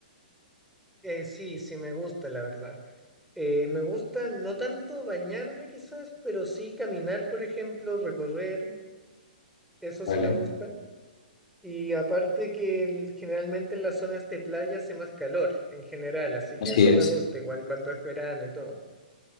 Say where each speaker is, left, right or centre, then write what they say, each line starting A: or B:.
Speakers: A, in the centre; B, on the left (about 50°).
A: Eh, sí, sí me gusta, la verdad. Eh, me gusta no tanto bañarme quizás, pero sí caminar, por ejemplo, recorrer, eso
B: ¿Vale?
A: sí me gusta. Y aparte que el- generalmente en las zonas de playa hace más calor en general, así que
B: Así
A: eso
B: es.
A: me gusta igual cuando es verano y todo.